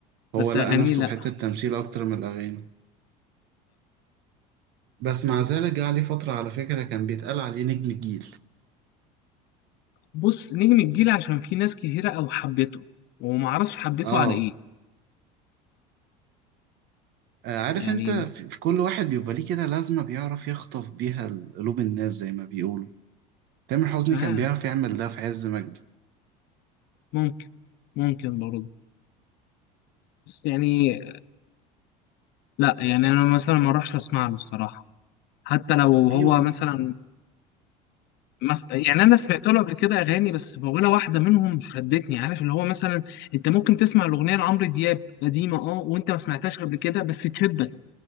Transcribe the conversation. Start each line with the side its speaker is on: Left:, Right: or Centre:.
Right: هو
Left: بس
Right: لقى
Left: اغانيه
Right: نفسه
Left: لا
Right: في حتة تمثيل اكتر من الاغاني بس مع ذلك جه عليه فترة على فكرة كان بيتقال عليه نجم الجيل
Left: بص نجم الجيل عشان في ناس كتيرة أو حبته ومعرفش حبته
Right: اه
Left: على إيه
Right: آه، عارف
Left: يعني
Right: انت في في كل واحد بيبقى ليه كده لازمة بيعرف يخطف بيها قلوب الناس زي ما بيقولوا تامر حسني
Left: آه
Right: كان بيعرف يعمل ده في عز مجده
Left: ممكن ممكن برضه بس يعني لا يعني أنا مثلا ما أروحش أسمع له الصراحة حتى لو
Right: في
Left: هو
Right: أغنية
Left: مثلا مس- يعني أنا سمعت له قبل كده أغاني بس ولا واحدة منهم شدتني عارف اللي هو مثلا أنت ممكن تسمع الأغنية لعمرو دياب قديمة أه وأنت ما سمعتهاش قبل كده بس تشدك